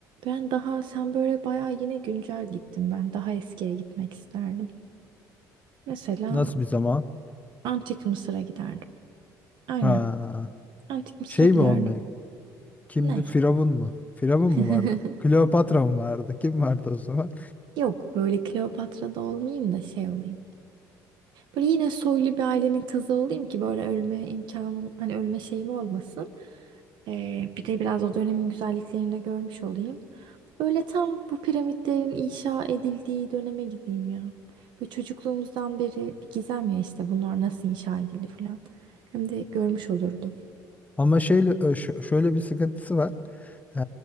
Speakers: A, on the right; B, on the left.
A: ben daha sen böyle bayağı yine güncel gittin. Ben daha eskiye gitmek isterdim. Mesela
B: Nasıl bir zaman?
A: Antik Mısır'a giderdim. Aynen.
B: Ha.
A: Antik Mısır'a
B: Şey
A: giderdim.
B: mi olmaya? Kimdi?
A: Ne?
B: Firavun mu? Firavun mu
A: <laughs>
B: vardı? Kleopatra mı vardı? Kim vardı o zaman?
A: Yok böyle Kleopatra'da olmayayım da şey olayım. Böyle yine soylu bir ailenin kızı olayım ki böyle ölme imkanım hani ölme şeyim olmasın. Ee, bir de biraz o dönemin güzelliklerini de görmüş olayım. Böyle tam bu piramitlerin inşa edildiği döneme gideyim ya. Böyle çocukluğumuzdan beri bir gizem ya işte bunlar nasıl inşa edildi falan. Hem de görmüş olurdum.
B: Ama şeyle ö- şö- şöyle bir sıkıntısı var. Ee,